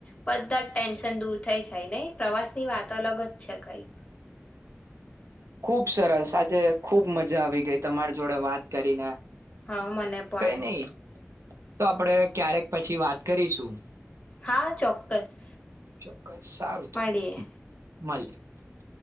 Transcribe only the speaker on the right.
ખુબ સરસ આજે ખુબ મજા આવી ગઈ તમારી જોડે વાત કરીને
કઈ નઈ તો આપણેે ક્યારેક પછી વાત કરીશું
ચોક્કસ સારું તો
<unintelligible>